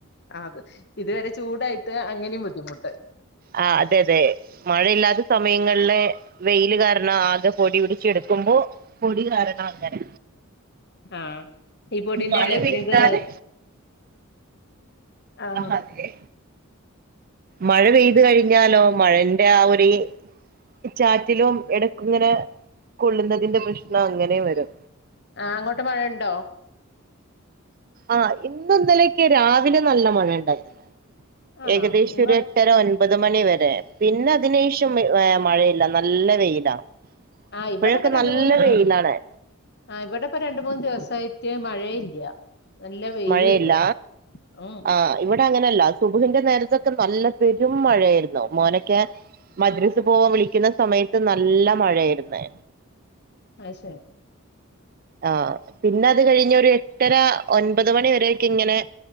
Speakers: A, on the left; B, on the right.
A: അത് ഇതുവരെ ചൂടായിട്ട് അങ്ങനെയും ബുദ്ധിമുട്ട്.
B: ആഹ് അതെ അതെ. മഴയില്ലാത്ത സമയങ്ങളിലെ വെയില് കാരണം ആകെ പൊടി പിടിച്ചെടുക്കുമ്പോ. പൊടി കാരണം അങ്ങനെ.
A: ആഹ് ഈ പൊടിന്റെ
B: മഴ
A: അലർജി
B: പെയ്താല്
A: ഇതുവരെ. ആഹ്
B: ആ അതെ മഴ പെയ്ത് കഴിഞ്ഞാലോ മഴന്റെ ആഹ് ഒരു ഈ. ചാറ്റിലും ഇടയ്ക്ക് ഇങ്ങനെ കൊള്ളുന്നതിന്റെ പ്രശ്നം അങ്ങനെയും വരും.
A: ആഹ് അങ്ങോട്ട് മഴയുണ്ടോ?
B: ആഹ് ഇന്നും ഇന്നലെയൊക്കെ രാവിലെ നല്ല മഴയുണ്ടായിരുന്നു,
A: ആണോ
B: ഏകദേശം
A: ഇങ്ങോ
B: ഒരു എട്ടര ഒൻപത്. ഒൻപത് മണി വരെ പിന്നെ അതിന് ശേഷം ഏഹ് മഴയില്ല നല്ല വെയിലാ.
A: ആഹ്
B: ഇപ്പോഴൊക്കെ
A: ഇവിടെപ്പ രണ്ട്
B: നല്ല
A: മൂന്ന് ദി
B: വെയിലാണ്.
A: ആഹ് ഇവിടെ ഇപ്പൊ രണ്ട് മൂന്ന് ദിവസായിട്ട് മഴയില്ല. നല്ല വെയില്
B: മഴയില്ല
A: കിട്ടുക, ഉം.
B: ആഹ് ഇവിടെ അങ്ങനെയല്ല <unintelligible> നേരത്തൊക്കെ നല്ല പെരും മഴയായിരുന്നു, മോനൊക്കെ. മദ്രസ് പോവാൻ വിളിക്കുന്നു സമയത്ത് നല്ല മഴയായിരുന്നു.
A: ആഹ് ശരി.
B: ആഹ് പിന്നെ അത് കഴിഞ്ഞ് ഒരു എട്ടര ഒൻപത് മണിവരെ ഒക്കെ ഇങ്ങനെ.